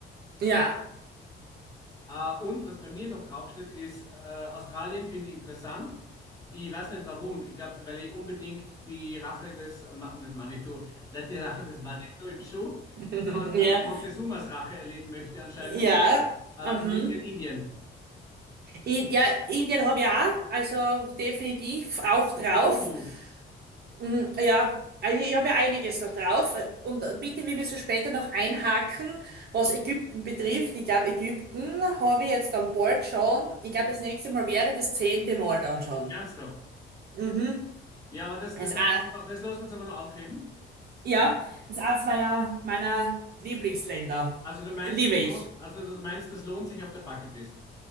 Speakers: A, on the right (about 55°); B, on the left (about 15°).
A: Ja,
B: Äh, und was bei mir noch draufsteht, ist äh, Australien finde ich interessant. Ich weiß nicht warum. Ich glaube, weil ich unbedingt die Rache des, Ma nicht Manitou, nicht die Rache des Manitou im Schuh,
A: <laughs>
B: sondern
A: ja.
B: Montezumas Rache erleben möchte anscheinend.
A: Ja,
B: Äh,
A: mhm.
B: ich würde gern Indien.
A: I- Ja, Indien habe ich auch, also definitiv auch drauf.
B: Saudu,
A: Mm, Ja, also ich habe ja einiges noch drauf. Und bitte, wir müssen später noch einhaken, was Ägypten betrifft. Ich glaube, Ägypten habe ich jetzt an Bord schon. Ich glaube, das nächste Mal wäre das zehnte Mal dann schon.
B: ernsthaft.
A: Mhm.
B: Ja, aber das,
A: Das
B: das lässt
A: ist auch,
B: uns, das lässt uns aber noch aufheben.
A: ja, das ist eins meiner, meiner Lieblingsländer.
B: Also du meinst,
A: Liebe
B: das
A: ich.
B: lohnt, also du meinst, das lohnt sich auf der Bucketlist.